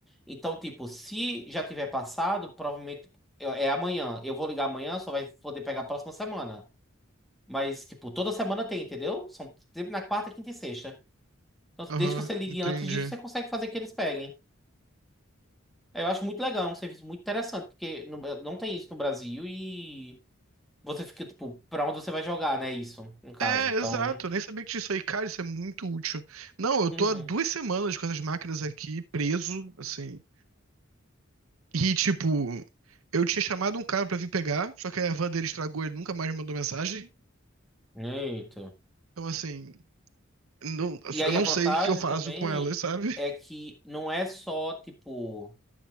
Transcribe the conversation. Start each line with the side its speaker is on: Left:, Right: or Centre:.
Centre: Então, tipo, se já tiver passado, provavelmente é é amanhã. Eu vou ligar amanhã, só vai poder pegar a próxima semana. Mas, tipo, toda semana tem, entendeu? São sempre na quarta, quinta e sexta. Então,
Right: Aham,
Centre: desde que você ligue
Right: entendi.
Centre: antes disso, você consegue fazer que eles peguem. Eu acho muito legal, é um serviço muito interessante, porque no- eh, não tem isso no Brasil e você fica, tipo, pra onde você vai jogar, né? Isso, no caso.
Right: É,
Centre: Então.
Right: exato. Eu Nem sabia que tinha isso aí, cara, isso é muito útil. Não, eu tô
Centre: Uhum.
Right: há duas semanas com essas máquinas aqui, preso, assim. E, tipo, eu tinha chamado um cara pra vir pegar, só que a van dele estragou, e ele nunca mais me mandou mensagem.
Centre: Eita.
Right: Então, assim, não-
Centre: E aí
Right: eu não
Centre: a vantagem
Right: sei o que eu faço
Centre: também
Right: com elas, sabe?
Centre: é que não é só, tipo.